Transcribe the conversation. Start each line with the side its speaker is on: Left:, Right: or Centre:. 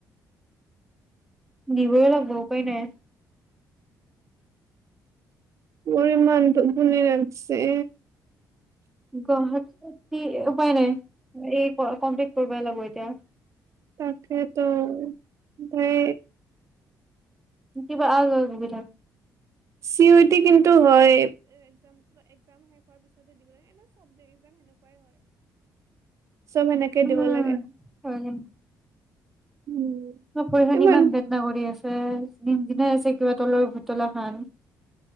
Centre: নিবই লাগিব উপাই নাই।
Right: পৰিমানটো ধুনীয়া লাগছে।
Centre: গুৱাহাটী উপায় নাই এই কমপ্লিট কৰিবই লাগিব এতিয়া।
Right: তাকেতো ভাই।
Centre: কিবা আল বাল বকি থাকে ।
Right: চিকুটি কিন্তু হয় চব সেনেকে
Centre: উম
Right: দিব লাগে
Centre: হয়
Right: উম
Centre: ওপৰ খিনি
Right: এইবাৰ
Centre: ইমান ভেদনা কৰি আছো নিমচিনাই আছে কিবা তলৰ ভুতলা খান